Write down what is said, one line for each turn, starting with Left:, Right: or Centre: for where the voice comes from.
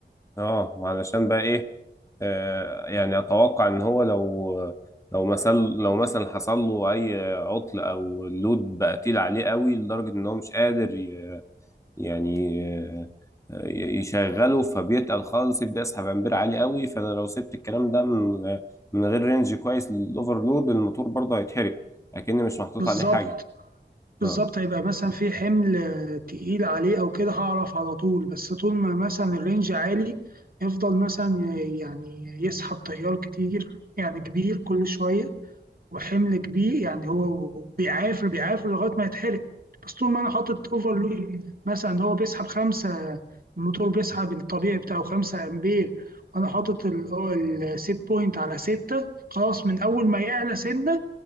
Left: اه علشان بقى ايه آه يعني اتوقع ان هو لو لو مثلا لو مثلا حصل له اي عطل او اللود بقى تقيل عليه قوي لدرجه ان هو مش قادر ي- يعني آه، ي- يشغله فبيتقل خالص يبدا يسحب امبير عالي قوي فانا لو سبت الكلام ده من من غير رينج كويس للاوفرلود الموتور برضه هيتحرق اكني مش محطوط
Right: بالظبط
Left: عليه حاجه
Right: بالظبط
Left: اه
Right: هيبقى مثلا في حمل تقيل عليه او كده هعرف على طول بس طول ما مثلا الرينج عالي يفضل مثلا يعني يسحب تيار كتير يعني كبير كل شويه وحمل كبير يعني هو بيعافر بيعافر لغايه ما يتحرق بس طول ما انا حاطط اوفرلود مثلا هو بيسحب خمسه الموتور بيسحب الطبيعي بتاعه خمسة امبير وانا حاطط ال- هو السيت بوينت على ستة خلاص من اول ما يعلى سنه